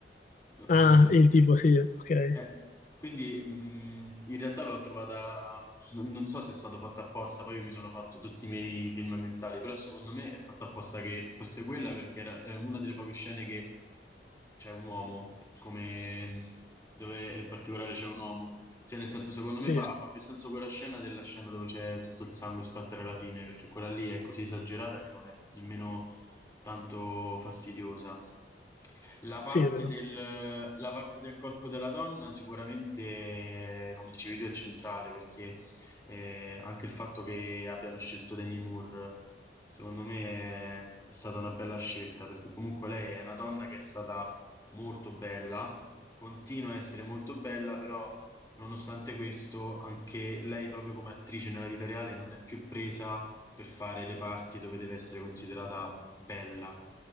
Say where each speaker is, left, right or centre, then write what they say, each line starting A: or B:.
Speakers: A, on the left; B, on the left.
A: no, all'inizio.
B: Ah, il tipo, sì, ok,
A: Eh, quindi mh, in realtà l'ho trovata, non, non so se è stato fatto apposta, poi io mi sono fatto tutti i miei film mentali, però secondo me è fatta apposta che fosse quella perché era, è una delle poche scene che c'è un uomo, come dove in particolare c'è un uomo. Cioè, nel senso, secondo me
B: sì,
A: fa, fa più senso quella scena della scena dove c'è tutto il sangue a splattare alla fine, perché quella lì è così esagerata che non è nemmeno tanto fastidiosa. La parte
B: sì, è vero,
A: del, la parte del corpo della donna sicuramente, eh, come dicevi tu, è centrale perché eh, anche il fatto che abbiano scelto Demi Moore, secondo me, è, è stata una bella scelta perché comunque lei è una donna che è stata molto bella, continua a essere molto bella, però nonostante questo, anche lei proprio come attrice nella vita reale non è più presa per fare le parti dove deve essere considerata bella.